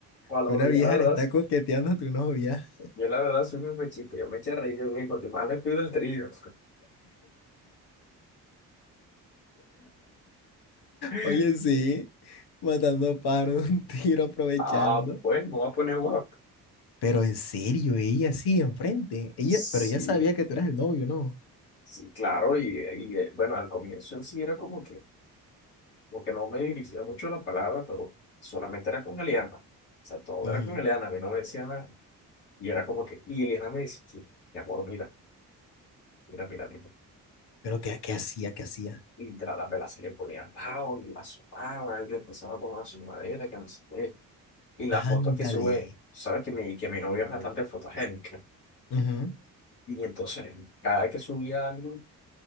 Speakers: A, on the left; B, on the left.
A: Ojalá,
B: Que
A: bro,
B: una vieja
A: yo la verdad,
B: le está coqueteando a tu novia.
A: yo la verdad soy muy mechito, yo me eché a reír, yo dije, cuanto más le pido el trío. <laughs>
B: Oye, sí, matando pájaros de un tiro, aprovechando.
A: Ah, pues me voy a poner guapo.
B: Pero en serio, ella sí, enfrente. Ella,
A: Sí,
B: pero ella sabía que tú eras el novio, ¿no?
A: sí, claro, y, y, eh, bueno, al comienzo sí era como que, como que no me dirigía mucho la palabra, pero solamente era con Eliana. O sea, todo
B: Ujú.
A: era con Eliana, a mí no me decía nada. Y era como que, y Eliana me decía, sí, mi amor, mira, mira, mira, mira.
B: Pero ¿qué, qué hacía? ¿Qué hacía?
A: Y de la, la vela se le ponía al lado y la asomaba y empezaba con la sumadera, que no sé qué. Y las fotos
B: Ándale.
A: que sube, sabes que mi, que mi novia es bastante fotogénica.
B: Ujú.
A: Y entonces, cada vez que subía algo,